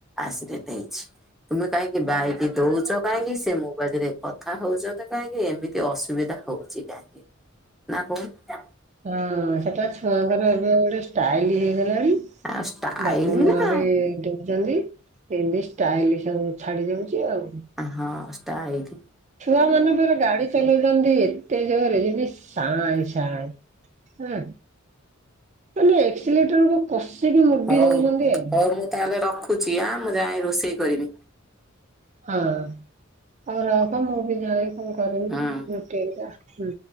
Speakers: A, in the centre; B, on the right.
A: ଆସିଡେଟେ ହେଇଛି। ତୁମେ କାହିଁକି ବାଇକି ଦୋଉଚ କାହିଁକି ସେ ମୋବାଇଲ ରେ କଥା ହୋଉଚନ୍ତି କାହିଁକି ଏମିତି ଅସୁବିଧା ହୋଉ ଚି କାହିଁକି ନା କୋହୂନୁ।
B: ହଁ ସେଟା ଛୁଆଙ୍କର ଏବେ ଗୋଟେ ଷ୍ଟାଇଲ ହେଇଗଲାଣି
A: ଆଉ ଷ୍ଟାଇଲ
B: ବାପ ମାଆ
A: ନା
B: ବି ଦୋଉ ଚନ୍ତି ଇନ୍ତି ଷ୍ଟାଇଲି ସବୁ ଛାଡି ଯାଉଚି ଆଉ
A: ହଁ ଷ୍ଟାଇଲି।
B: ଛୁଆ ମାନଙ୍କୁ <unintelligible> ଗାଡି ଚଲୋଉଚନ୍ତି ଏତେ ଜୋରେ ଯେମିତି ସାଇଁ ସାଇଁ ହୁଁ। ମାନେ ଏକ୍ସିଲେଟରକୁ କଷିକି ମୋଡ଼ି
A: ହଉ
B: ଦୋଉଚନ୍ତି ଆଉ
A: ହଉ ମୁଁ ତାହେଲେ ରଖୁଛି ଆଁ ମୁଁ ଯାଏ ରୋଷେଇ କରିବି।
B: ହଁ ହୋଉ ରଖ ମୁଁ ବି ଯାଏ କଁ କରିବି
A: ହୁଁ।
B: ରୁଟି ହାରିକା ହୁଁ।